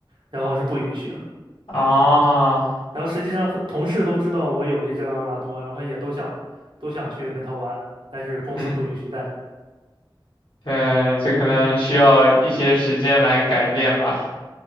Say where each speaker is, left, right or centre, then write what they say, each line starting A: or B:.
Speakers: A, on the right; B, on the left.
A: 然后是不允许的。
B: 啊，
A: 然后实际上，很同事都知道我有一只拉布拉多，然后也都想都想去跟它玩，但是公司不允许带。
B: 嗯，对，这可能需要一些时间来改变吧，